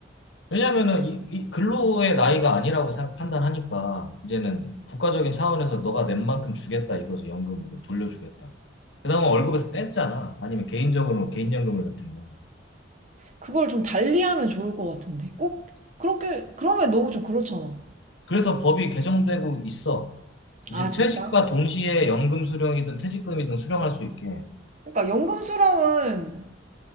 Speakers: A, on the left; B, on the right.
A: 왜냐면은 이, 이 근로의 나이가 아니라고 생각- 판단하니까 이제는 국가적인 차원에서 너가 낸 만큼 주겠다 이거지 연금으로 돌려주겠다. 그나마 월급에서 뗐잖아. 아니면 개인적으로 개인연금을 넣든가.
B: 그걸 좀 달리하면 좋을 것 같은데. 꼭, 그렇게, 그러면 너무 좀 그렇잖아.
A: 그래서 법이 개정되고 있어. 이제
B: 아, 진짜?
A: 퇴직과 동시에 연금 수령이든 퇴직금이든 수령할 수 있게
B: 그러니까 연금 수령은